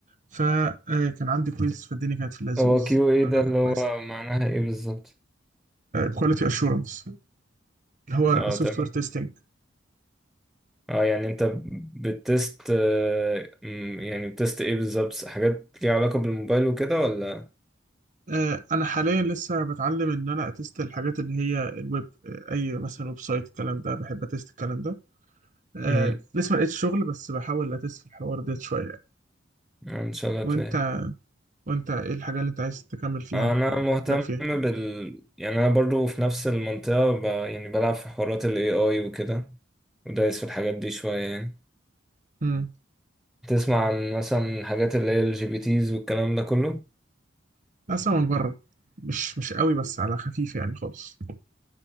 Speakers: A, on the right; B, in the centre.
A: فكان عندي كويز فالدنيا كانت في اللزوز
B: هو كيو ايه
A: الحمد
B: ده
A: لله
B: اللي
A: كان
B: هو
A: كويس
B: معناها ايه بالظبط؟
A: كواليتي اشورنس اللي هو
B: اه
A: سوفت
B: تمام
A: وير تيستنج
B: اه يعني انت بتست آه، مم، يعني بتست ايه بالظبط؟ حاجات ليها علاقة بالموبايل وكده ولا؟
A: آه، انا حاليا لسه بتعلم ان انا اتست الحاجات اللي هي الويب آه، اي مثلا ويب سايت الكلام ده بحب اتست الكلام ده آه،
B: امم
A: لسه ما لقيتش شغل بس بحاول اتست في الحوار ده شويه يعني.
B: آه، ان شاء الله
A: وانت
B: تلاقي
A: وانت ايه الحاجه اللي انت عايز تكمل فيها
B: انا
A: او
B: مهتم
A: تتراك فيها
B: بال يعني انا برضو في نفس المنطقة ب... يعني بلعب في حوارات ال AI وكده ودايس في الحاجات دي شوية يعني
A: امم
B: تسمع عن مثلا حاجات اللي هي ال GPTs والكلام ده كله
A: اصلا من بره مش مش قوي بس على خفيف يعني خالص